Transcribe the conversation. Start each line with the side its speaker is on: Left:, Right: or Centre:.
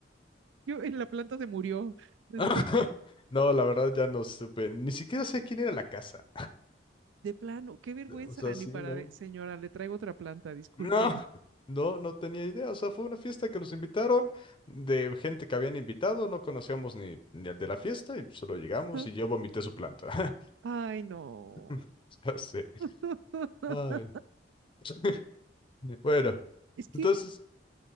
Right: yo en la planta se murió después.
Left: <laughs> No, la verdad ya no supe. Ni siquiera sé quién era la casa.
Right: De plano, qué vergüenza,
Left: O sea, sí,
Right: ni para
Left: no.
Right: de- señora, le traigo otra planta, discúlpeme.
Left: No, no, no tenía idea. O sea, fue una fiesta que nos invitaron de gente que habían invitado, no conocíamos ni, ni al de la fiesta y solo llegamos
Right: <laughs>
Left: y yo vomité su planta.
Right: Ay, no.
Left: <laughs> Ya sé.
Right: <laughs>
Left: Ay. <laughs> Bueno,
Right: Es que
Left: entonces,